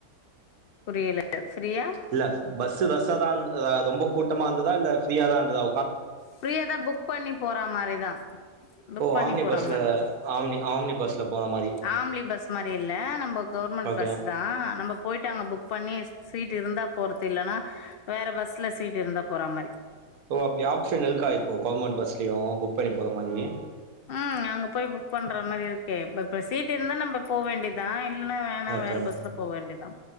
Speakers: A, on the left; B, on the right.
A: புரியல ஃப்ரியா
B: இல்ல பஸ் ரஸ்ஸா தா இர்ந் ரொம்ப கூட்டமா இர்ந்துதா இல்ல ஃப்ரியா தா இந்துதா
A: ஃப்ரியாதா புக் பண்ணி போறா மாரி தா புக்
B: ஓ
A: பண்ணி
B: ஆம்னி
A: போற
B: பஸ்ல
A: மாரி தா
B: ஆம்னி ஆம்னி பஸ்ல போற மாரி
A: ஆம்ளி பஸ் மாரி இல்ல நம்பக் கவுர்மண்ட்
B: ஓகே
A: பஸ்ஸு தா நம்ப போய்ட்டு அங்க புக் பண்ணி சீட் இருந்தா போறத்து இல்லன்னா வேற பஸ்ல சீட் இருந்தா போறா மாரி
B: ஓ அப்டி ஆப்ஷ்ஷன் இருக்கா இப்போ கவுர்மண்ட் பஸ்லயு புக் பண்ணி போற மாரி
A: ம் அங்க போய் புக் பண்ற மாரி இருக்கே ப்ப ப்ப சீட் இருந்தா நம்ப போ வேண்டிதா இல்லன்னா வேணா
B: ஓகே
A: வேற பஸ்ல போ வேண்டிதா